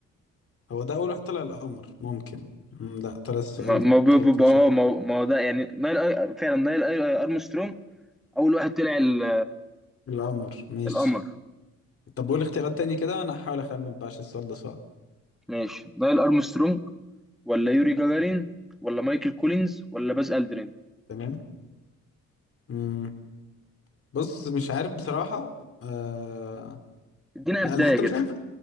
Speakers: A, on the left; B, in the centre.
A: هو ده اول واحد طلع القمر ممكن مم، لا طلع السؤال
B: ما ما ب-
A: تريكي
B: ب- ب- آه،
A: شويه
B: ما هو- ما هو ده يعني نايل أر- فعلا نايل أر- أرمسترونج أول واحد طلع ال-
A: القمر ماشي
B: القمر
A: طب قول اختيارات تاني كده وانا هحاول اخمن بقى عشان السؤال ده صعب
B: ماشي نايل أرمسترونج ولا يوري جاجارين ولا مايكل كولينز ولا باز ألدرين
A: تمام مم. بص مش عارف بصراحة آه...
B: ادينا
A: لا
B: بداية
A: انا حتى
B: كده
A: مش عارف